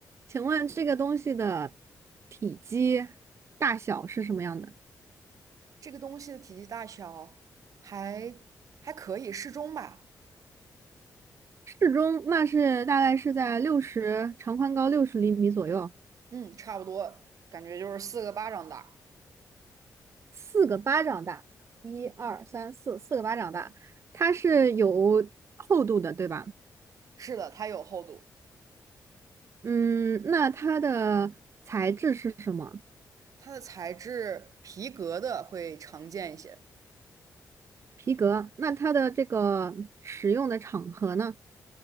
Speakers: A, on the right; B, on the right.
A: 请问这个东西的体积大小是什么样的？
B: 这个东西的体积大小还还可以，适中吧。
A: 适中，那是大概是在六十长宽高六十厘米左右，
B: 嗯，差不多，感觉就是四个巴掌大。
A: 四个巴掌大。一二三四，四个巴掌大。它是有厚度的，对吧？
B: 是的，它有厚度，
A: 嗯，那它的材质是什么？
B: 它的材质皮革的会常见一些。
A: 皮革。那它的这个使用的场合呢？